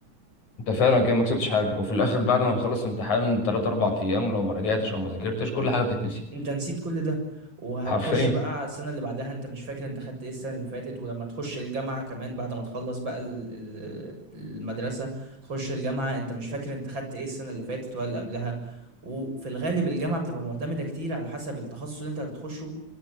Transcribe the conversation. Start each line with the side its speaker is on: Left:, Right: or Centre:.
Left: انت فعلا كده ما كسبتش حاجه وفي الاخر بعد ما بتخلص امتحان 3 4 ايام لو ما رجعتش او ما ذاكرتش كل حاجه بتتنسي
Right: أنت نسيت كل ده، وهتخُش
Left: حرفيا
Right: بقى على السَنة اللي بعدها أنت مش فاكر أنت خدت إيه السَنة اللي فاتت، ولمّا تخُش الجامعة كمان بعد ما تخلّص بقى ال ال المدرسة، تخُش الجامعة أنت مش فاكر أنت خدت إيه السَنة اللي فاتت ولا اللي قبلها، وفي الغالب الجامعة بتبقى مُعتمدة كتير على حسب التخصُّص اللي أنت هتخُشه